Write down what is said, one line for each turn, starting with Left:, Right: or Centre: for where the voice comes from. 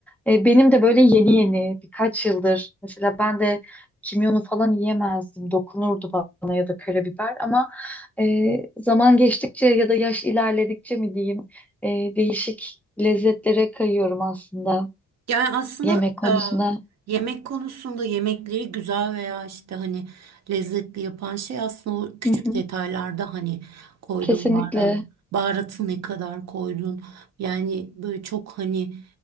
Centre: E, benim de böyle yeni yeni birkaç yıldır mesela ben de kimyonu falan yiyemezdim. Dokunurdu bana ya da karabiber ama e, zaman geçtikçe ya da yaş ilerledikçe mi diyeyim e, değişik lezzetlere kayıyorum aslında.
Right: Yani aslında
Centre: Yemek konusuna
Right: e, yemek konusunda yemekleri güzel veya işte hani lezzetli yapan şey aslında o küçük
Centre: Hı hı.
Right: detaylarda hani koyduğun
Centre: kesinlikle
Right: baharat, baharatı ne kadar koydun. Yani böyle çok hani